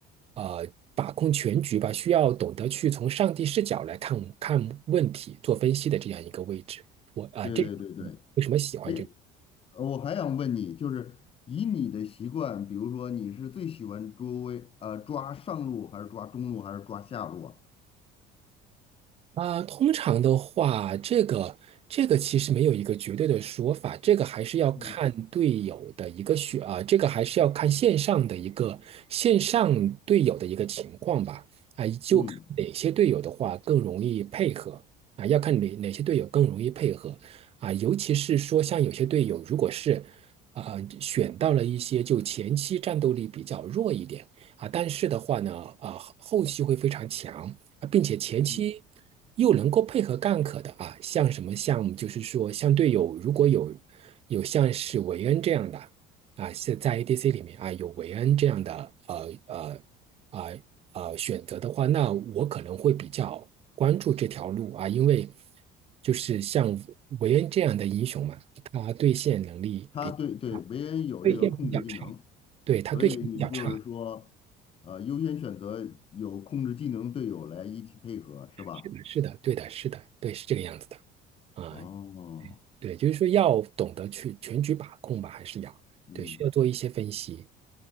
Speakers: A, on the right; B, on the left.
A: 呃把控全局吧，需要懂得去从上帝视角来看看问题、做分析的这样一个位置。我啊，
B: 对对对对。
A: 这为什么喜欢这个？
B: 哎呃我还想问你，就是以你的习惯，比如说你是最喜欢捉微呃抓上路，还是抓中路，还是抓下路啊？
A: 啊，通常的话，这个这个其实没有一个绝对的说法，这个还是要看队友的一个选啊，
B: 嗯
A: 这个还是要看线上的一个线上队友的一个情况吧，啊，就看哪些队友的话更容易配合啊，
B: 嗯，
A: 要看哪哪些队友更容易配合啊，尤其是说像有些队友如果是啊选到了一些就前期战斗力比较弱一点。啊，但是的话呢，啊，后期会非常强啊，并且前期
B: 嗯，
A: 又能够配合干可的啊，像什么项目，就是说像队友如果有有像是韦恩这样的啊，是在 ADC 里面啊有韦恩这样的呃呃啊呃呃选择的话，那我可能会比较关注这条路啊，因为就是像韦恩这样的英雄嘛，他对线能力比啊
B: 它对对，维恩有这个控制技能，
A: 对线比较差，对他对线比较差，
B: 所以你就是说，呃，优先选择有控制技能的队友来一起配合，是吧？
A: 是的，是的，对的，是的，对，是这个样子的啊，
B: 哦，
A: 对，就是说要懂得去全局把控吧，还是要，
B: 嗯，
A: 对，需要做一些分析，